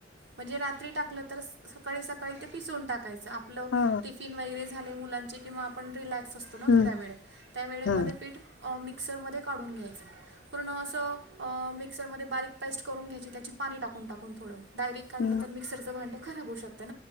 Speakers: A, on the right; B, on the left.
A: म्हणजे रात्री टाकलं तर सकाळी सकाळी ते पिसून टाकायच आपलं
B: हा
A: टिफिन वगैरे झाले मुलांचे किंवा आपण रिलॅक्स असतो ना
B: हम्म
A: थोड्या वेळ त्या वेळे मध्ये
B: हम्म
A: पीठ मिक्सरमध्ये काढून घ्यायचं पूर्ण अस अस मिक्सरमध्ये बारीक पस्ट करून घ्यायची त्या पाणी टकून टाकून थोड डायरेट काढलं
B: हम्म
A: तर मिक्सरं भांडं खरा हो शकं